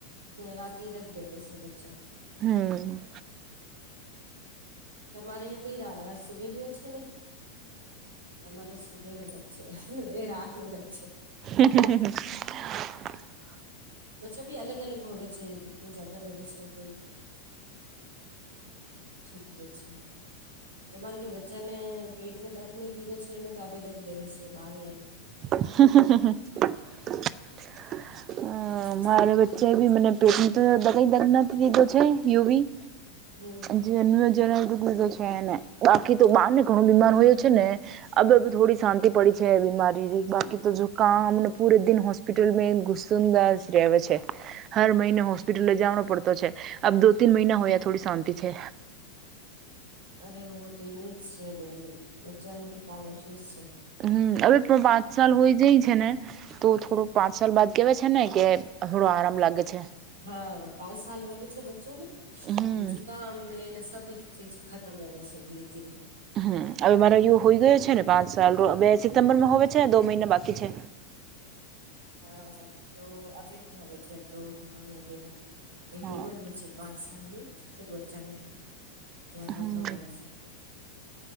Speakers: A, on the right; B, on the right.
A: રાતે તક બેવે છે બચા.
B: હમ.
A: તમારે એ કઈ સુભે બીયો છે નઈ, તમારે સુભેરો છે એ રાત ન થ જ છે.
B: હ <unintelligible>
A: બચ્છા બી અલગ અલગ હોવે છે કોઈ ચાદર હોવે છે કોઈ ઠીક બ છે, તમારે કે ાને પેટમાં દક નહી દીધો છે ને તો આપે દક દેવે છે બાર આવી.
B: હ <unintelligible>
A: હ <inaudible>
B: મારે વચ્ચે એ બી મને પેટધ ક દ નથી દીધો છે હું બી.
A: હમ
B: જન્મ જણ કીધો છેને બાકી તો બાર ને ઘણું બીમાર હોયયો છે ને. અ થોડી શાંતિ પડી છે બીમારી. તો જો કામ પુરે દિન હોસ્પિટલ મે ઘુસંદા છે. હર મહિને હોસ્પિટલ લ જવાનો પડતો છે, આ દો તન મહિના હોય થોડી શાંતિ છે.
A: અરે ઓ તો યજ છે બેન બચ્ચાનું તો કામ હશે છે.
B: હમ હવે પણ પાંચ સાલ હોય જાય છે ને, તો થોડો પાંચ સાલ બાદ કેવા છે ને કે થોડો આરામ લાગે છે.
A: હા પાંચ સાલ વહેવે છે બચ્ચો ન.
B: હમ
A: જુકામ ને એને સી ચીજ ખતમ કર છે ધીરે ધીને.
B: હમ હવે મારો વ હોય ગયો છે ને પાંચ સાલ બે સિત્મ્બર માં હોવે છે દો મહિના બાકી છે.
A: હા તો આવે છે અ દુકામ વગેરે.
B: હા
A: એક ઉંમર વેચે પાંચ સાલની તક બચ્ચા ન. ધ્યા રાખવું
B: હમ
A: પડે છે.